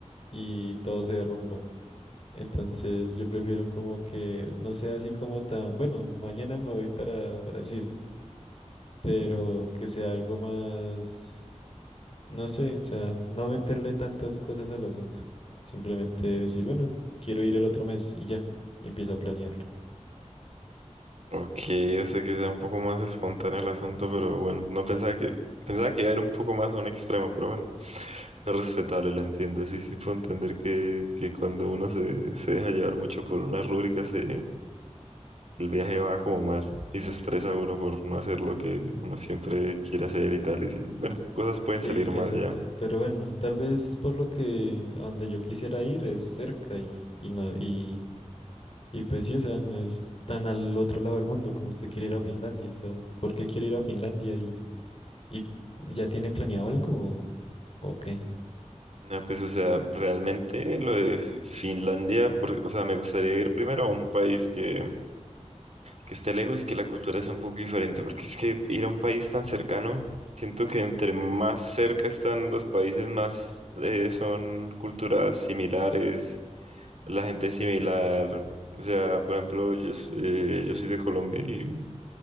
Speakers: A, on the left; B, on the right.
A: y todo se derrumba. Entonces yo prefiero como que no sea así como tan, bueno, mañana me voy para Brasil, pero que sea algo más, no sé, o sea, no meterle tantas cosas al asunto. Simplemente decir, bueno, quiero ir el otro mes y ya, y empiezo a planearlo.
B: Ok, o sea que sea un poco más espontáneo el asunto, pero bueno, no pensaba que, pensaba que iba a ir un poco más a un extremo, pero bueno, es respetable, lo entiendo. Sí, sí puedo entender que, que cuando uno se, se deja llevar mucho por una rúbrica, se, el viaje va como mal y se estresa uno por no hacer lo que uno siempre quiere hacer y tal, y sí, bueno, cosas pueden
A: Sí,
B: salir
A: exacto.
B: mal ya.
A: Pero bueno, tal vez por lo que a donde yo quisiera ir es cerca y, y no, y Y pues sí, o sea, no es tan al otro lado del mundo como usted quiere ir a Finlandia. O sea, ¿por qué quiere ir a Finlandia y, y ya tiene planeado algo o, o qué?
B: No, pues, o sea, realmente lo de Finlandia, por- o sea, me gustaría ir primero a un país que que esté lejos y que la cultura sea un poco diferente, porque es que ir a un país tan cercano, siento que entre más cerca están los países, más eh, son culturas similares, la gente es similar. O sea, por ejemplo, yo, s- eh, yo soy de Colombia y